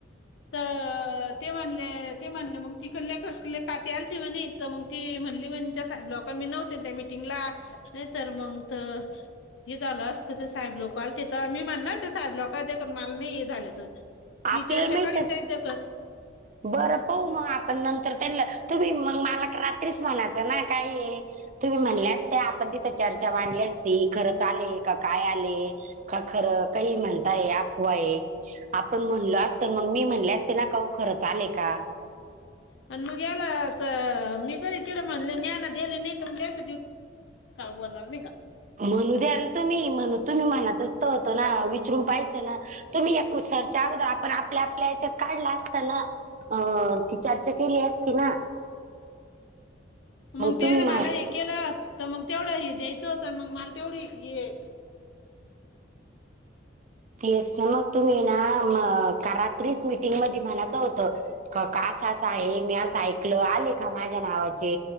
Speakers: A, on the left; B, on the right.
A: तर ते म्हणले ते म्हणले मग चिखलले ककले कात आल ते म्हणे तर मग ती म्हणली म्हण त्या ब्लॉकर मी नव्हते त्या मिीटिंगला नाही तर मंग तर हे झालं असत ते साहेब लोकला तथं मी म्हणणार ते साहेब लोक दे मला नाही झालं तर मी
B: आपल्याला
A: च्या
B: माहितच
A: जात
B: बरं पाऊ मग आपण नंतर त्या तुम्ही मग मला रात्रीस म्हणायचं ना काय आहे. तुम्ही म्हणल्या असते आपण तिथे चर्चा मांडली असती खरंच आले का काय आले. का खरं काही म्हणताय आपवाय आहे. आपण म्हणलो असत मग मी म्हणले असते ना काह खरंच आले का?
A: आणि मग याला तर मी कधी तिकडं म्हणले न ना दिले नाही तर मगच <unintelligible> बोलनार नाही का?
B: म्हणूद्या तुम्ही म्हणू तुम्ही मनातचत होतो ना विचरून पाहियचं ना. तुम्ही या कुसरच्या अगोदर आपण आपल्या आपल्या याच्यात काढला असताना. अ ती चर्चा केली असती ना
A: मग त्याने
B: तुम्ही म्हणा
A: मला हे केलं तर मग तेवढं हे द्यायचं होत मग मला तेवढी हे
B: तेच ना मग तुम्ही ना का रात्रीच मिटिंगमध्ये म्हणायचं होतं. का का असं असा आहे मी असं ऐकल आले का माझ्या नावाचे